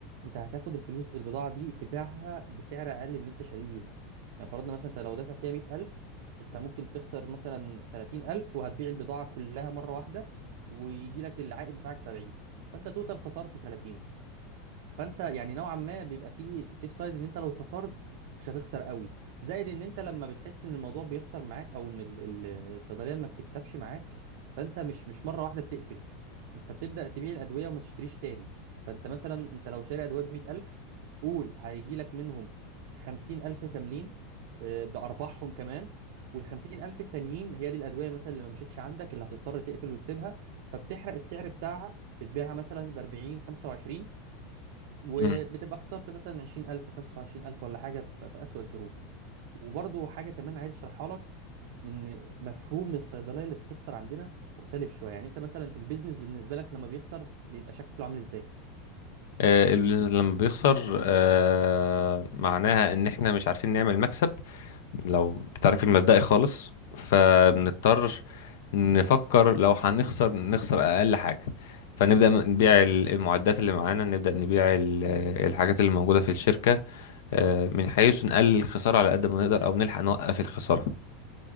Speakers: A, on the right (about 60°); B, on the left (about 75°).
A: انت هتاخد الفلوس البضاعه دي تبيعها بسعر اقل من اللي انت شاريه بيها يعني فرضنا مثلا انت لو دافع فيها 100000 انت ممكن تخسر مثلا 30000 وهتبيع البضاعه كلها مره واحده ويجي لك العائد بتاعك 70 فانت توتال خسرت 30 فانت يعني نوعا ما بيبقى فيه سيف سايد ان انت لو خسرت مش هتخسر قوي زائد ان انت لما بتحس ان الموضوع بيخسر معاك او ان ال- ال- الصيدليه ما بتكسبش معاك فانت مش مش مره واحده بتقفل انت بتبدا تبيع الادويه وما تشتريش تاني فانت مثلا انت لو شاري ادويه ب 100000 قول هيجي لك منهم 50000 كاملين آه، بارباحهم كمان وال 50000 التانيين هي دي الادويه مثلا اللي ما مشيتش عندك اللي هتضطر تقفل وتسيبها فبتحرق السعر بتاعها بتبيعها مثلا ب 40 25 وبتبقى
B: مم.
A: خسرت مثلا 20000 25000 ولا حاجه في في اسوأ الظروف وبرضو حاجه كمان عايز اشرحها لك ان مفهوم الصيدليه اللي بتخسر عندنا مختلف شويه يعني انت مثلا البيزنس بالنسبه لك لما بيخسر بيبقى شكله عامل ازاي
B: آه، اللي لما بيخسر آه، معناها ان احنا مش عارفين نعمل مكسب لو بتعرف المبدئي خالص فبنضطر نفكر لو هنخسر نخسر أقل حاجة فنبدأ نبيع ال- المعدات اللي معانا نبدأ نبيع ال- الحاجات اللي موجودة في الشركة آه، من حيث نقلل الخسارة على قد ما نقدر أو نلحق نوقف الخسارة